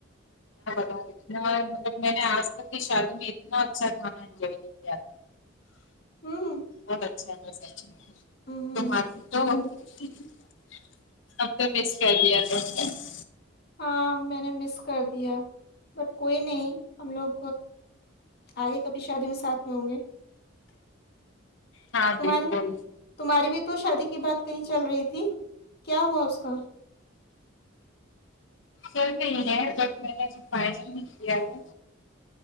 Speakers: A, on the left; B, on the left.
A: <unintelligible> اتنا مطلب میں نے آج تک کی شادی میں اتنا اچھا کھانا انجوائے نہیں کیا تھا
B: ہوں
A: بہت اچھا تھا سچ
B: ہوں
A: <inaudible>
B: ہاں میں نے مس کر دیا بٹ کوئی نہیں ہم لوگ آگے کبھی شادی میں ساتھ میں ہوں گے
A: ہاں
B: تمہارے
A: بالکل
B: تمہاری بھی تو شادی کی بات کہیں چل رہی تھی کیا ہوا اس کا
A: چل رہی ہے بٹ میں نے اب فائنل بھی کیا ہے